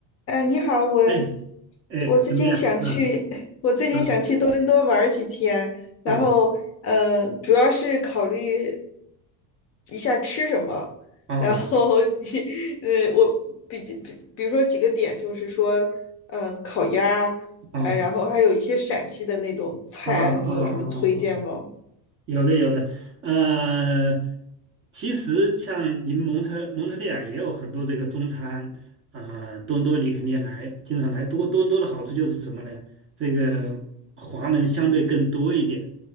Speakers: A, on the left; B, on the right.
A: 呃，你好，我
B: 哎哎，
A: 我最近想去，
B: 怎么样？嗯
A: <laughs> 我最近想去多伦多玩儿几天，
B: 嗯
A: 然后呃，
B: 嗯
A: 主要是考虑一下吃什么，
B: 哦
A: 然后 <laughs> 你呃，我比比比如说几个点，就是说，嗯，烤鸭，
B: 哦
A: 呃，然后还有一些陕西的那种菜，
B: 哦哦哦，
A: 你有什么推荐吗？
B: 哦有的有的，呃，其实像你们蒙特蒙特利尔也有很多这个中餐，呃，多伦多你肯定来，经常来。不过多伦多的好处就是什么呢？这个华人相对更多一点，